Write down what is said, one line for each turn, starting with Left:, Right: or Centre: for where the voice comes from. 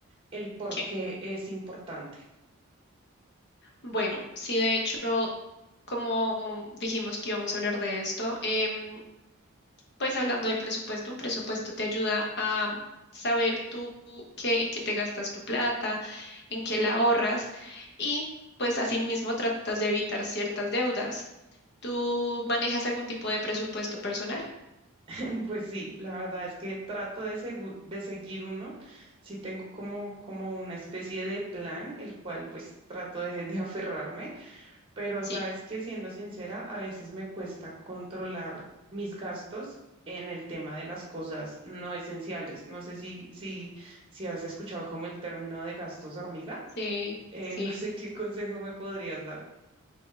Right: El por
Left: ¿Qué?
Right: qué es importante.
Left: Bueno, sí, de hecho, como dijimos que íbamos a hablar de esto, em, Pues hablando del presupuesto, un presupuesto te ayuda a saber tú qué, en qué te gastas tu plata, en qué la ahorras y pues asimismo tratas de evitar ciertas deudas. ¿Tú manejas algún tipo de presupuesto personal?
Right: <laughs> Pues sí, la verdad es que trato de, segu- de seguir uno. Sí tengo como, como una especie de plan, el cual pues trato de de aferrarme. Pero
Left: Sí,
Right: sabes que siendo sincera, a veces me cuesta controlar mis gastos en el tema de las cosas no esenciales. No sé si, si, si has escuchado como el término de gastos hormiga.
Left: sí,
Right: Eh,
Left: sí,
Right: <laughs> no sé qué consejo me podrías dar.